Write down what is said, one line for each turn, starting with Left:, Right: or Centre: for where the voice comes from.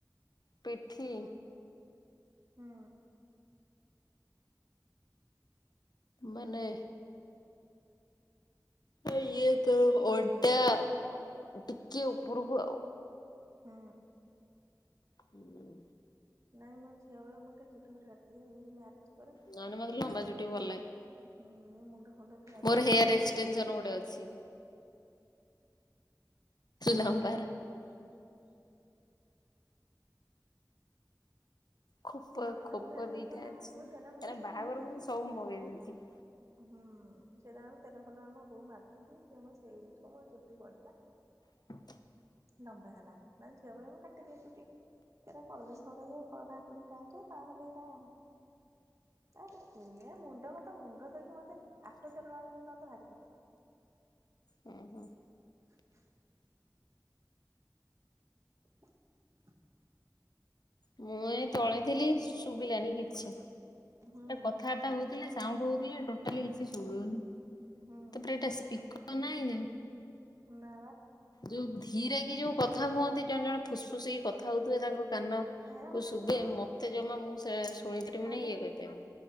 Left: ପିଠି
Right: ହୁଁ ହୁଁ।
Left: ମାନେ ଇଏ ତ ଅଣ୍ଟା ଟିକେ ଉପରକୁ ଆଉ।
Right: ହୁଁ।
Left: ହୁଁ।
Right: ନାଇଁ ମୋ ଝିଅ ବେଳୁ ମୁଁ ଟିକେ ଚୁଟି ଫୁଟି ରଖେ <unintelligible> ମ୍ୟାରେଜ୍
Left: ନହେଲେ ମତେ ଲମ୍ବା ଚୁଟି ଭଲ ଲାଗେ।
Right: ହୁଁ ମୋ ମୁଣ୍ଡ ଫୁଣ୍ଡ ଧୁଆ
Left: ମୋର
Right: ଧୁଇ
Left: ହେୟାର
Right: କଲେ
Left: ଏକ୍ସଟେନସନ ଗୋଟେ ଅଛି। ଲମ୍ବା ର। ଖୋପ
Right: ମୁଣ୍ଡ ଫୁଣ୍ଡ
Left: ଖୋପ
Right: ଧୁଆ ଧୁଇ
Left: ଦିଟା
Right: କଲା
Left: ଅଛି।
Right: ବୋଉ ତେଲଫେଲ
Left: ଏରା
Right: ସବୁ
Left: ବାହାଘରକୁ
Right: ମାରି ଦିଅନ୍ତି
Left: ମୁଁ
Right: ସିଏ
Left: ସବୁ
Right: ତା
Left: ମଗେଇ ଦେଇଥିଲି।
Right: ହୁଁ ସେଟାଙ୍କ ତେଲ ଫଲ ଆମ ବୋଉ ମାରିଥାନ୍ତି ସେ ସେଇଠୁ ମୋର ଚୁଟି ବ
Left: <inaudible>
Right: ନମ୍ବା ହେଲା ମାନେ ଝିଅ ବେଳେ ମୁଁ କାଟିଦିଏ ଚୁଟି ଏଇଟା କଲେଜ ଫଳେଜ୍ ପଢା ପଢି ଟାଇ ର ତାପରେ ଏଇଟା ଆଉ ଆ ମୁଣ୍ଡ ମତେ ମୁଣ୍ଡ ଦେଇକି ମତେ ଆପେ ତେଲ ମ ନେ ମତେ ଭାରି କଷ୍ଟ।
Left: ହୁଁ ହୁଁ।
Right: <inaudible> <inaudible>
Left: ମୁଁ ଏ ପଳେଇଥିଲି ଶୁଭିଲାନି କିଛି
Right: ହୁଁ
Left: କଥା ହଉଥିଲେ ସାଉଣ୍ଡ ହଉଥିଲେ ଟୋଟାଲି କିଛି ଶୁଭନି। ତାପରେ
Right: ହୁଁ
Left: ଏଇଟା ସ୍ପି ତ ନହିଁ ଯେ
Right: ନା
Left: ଯୋଉ ଧୀରେ କି ଯୋଉ କଥା ହୁଅନ୍ତି ଜଣେ ଜଣେ ଫୁସ୍ଫୁସ୍ କି କଥା ହଉଥିଲେ ତାଙ୍କ କାନ
Right: ହେରା
Left: କୁ
Right: ମତେ
Left: ଶୁଭେ
Right: ଶୁଭିବନି
Left: ମତେ ଜମା ମୁଁ ସେ ଶୁଣି ପାରିବିନି
Right: ମାନେ?
Left: ଇଏ କହିପାରିବିନି